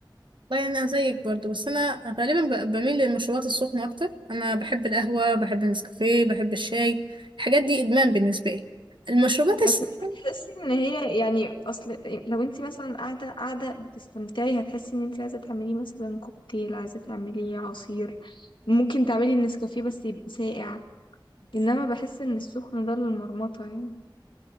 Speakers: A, on the right (about 70°); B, on the left (about 75°).
A: والله انا زيك برضو بس انا غالبا ب- بميل للمشروبات السخنه اكتر انا بحب القهوه بحب النسكافيه بحب الشاي الحاجات دي ادمان بالنسبه لي المشروبات الساقعه
B: بس مش بتحسي ان هي يعني اصل لو انت مثلا قاعده قاعده بتستمتعي هتحسي ان انت عايزه تعملي مثلا كوكتيل عايزه تعملي عصير ممكن تعملي النسكافيه بس يبقى ساقع انما بحس ان السخن ده للمرمطه يعني